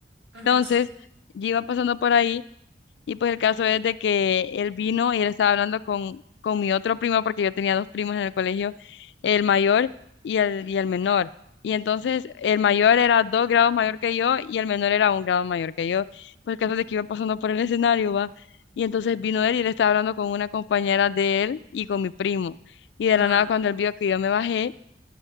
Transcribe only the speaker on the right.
ajá,
sí,
ajá,